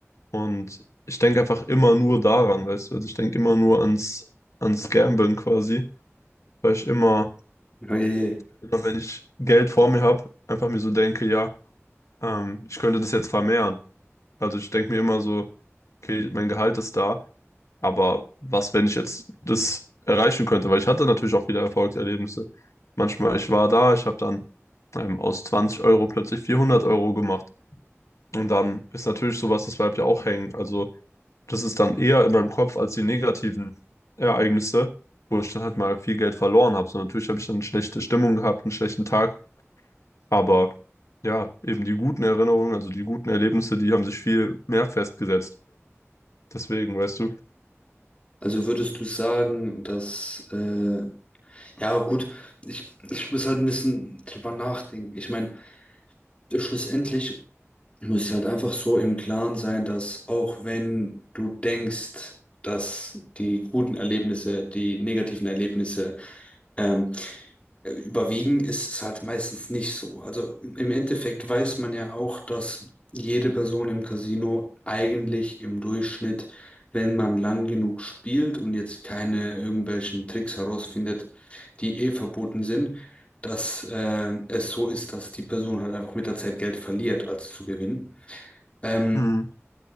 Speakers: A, on the left; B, on the left.
A: und ich denke einfach immer nur daran, weißt du, also ich denke immer nur ans, ans Gamblen quasi, weil ich immer,
B: Hey.
A: immer wenn ich Geld vor mir habe, einfach mir so denke, ja, ähm, ich könnte das jetzt vermehren. Also ich denke mir immer so, okay, mein Gehalt ist da Aber was, wenn ich jetzt das erreichen könnte? Weil ich hatte natürlich auch wieder Erfolgserlebnisse. Manchmal, ich war da, ich habe dann ähm, aus 20 Euro plötzlich 400 Euro gemacht. Und dann ist natürlich sowas, das bleibt ja auch hängen. Also das ist dann eher in meinem Kopf als die negativen Ereignisse, wo ich dann halt mal viel Geld verloren habe. So natürlich habe ich dann eine schlechte Stimmung gehabt, einen schlechten Tag. Aber ja, eben die guten Erinnerungen, also die guten Erlebnisse, die haben sich viel mehr festgesetzt. Deswegen, weißt du.
B: Also würdest du sagen, dass äh, Ja, gut, ich, ich muss halt ein bisschen drüber nachdenken. Ich meine, schlussendlich muss ich halt einfach so im Klaren sein, dass auch wenn du denkst, dass die guten Erlebnisse, die negativen Erlebnisse ähm, Überwiegen ist es halt meistens nicht so. Also im Endeffekt weiß man ja auch, dass jede Person im Casino eigentlich im Durchschnitt, wenn man lang genug spielt und jetzt keine irgendwelchen Tricks herausfindet, die eh verboten sind, dass äh, es so ist, dass die Person halt einfach mit der Zeit Geld verliert, als zu gewinnen. Ähm,
A: Mhm.